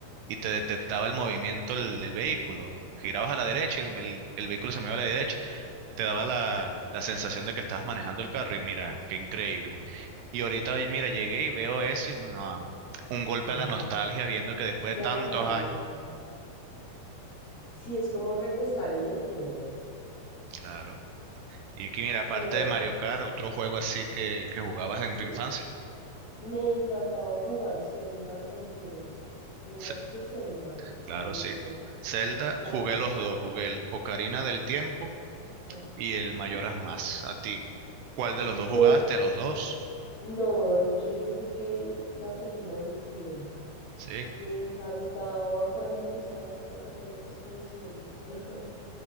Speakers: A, on the right; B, on the left.
A: y te detectaba el movimiento del del vehículo. Girabas a la derecha y el, el- el vehículo se movía a la derecha. Te daba la, la sensación de que estabas manejando el carro y mira, qué increíble. Y ahorita, hoy, mira, llegué y veo eso y no, un golpe
B: <laughs>
A: a la nostalgia viendo que después
B: Claro.
A: de tantos años,
B: Sí, es como regresar en el tiempo.
A: claro. Y que mira, aparte
B: No.
A: de Mario Kart, otro juego así que, que jugabas
B: Sí,
A: en tu infancia.
B: me encantaba jugar Zelda también. ¿Jugaste
A: Sí,
B: Zelda
A: claro,
B: alguna
A: sí.
B: vez?
A: Zelda,
B: La...
A: jugué
B: oc-
A: los dos, jugué el Ocarina del Tiempo
B: ajá.
A: y el mayoras más. A ti, ¿cuál de los dos
B: Yo,
A: jugaste? Los dos,
B: no, de hecho yo jugué la Ocarina del Tiempo.
A: ¿sí?
B: Me encantaba cuando empezaba a tocar estas canciones. <laughs>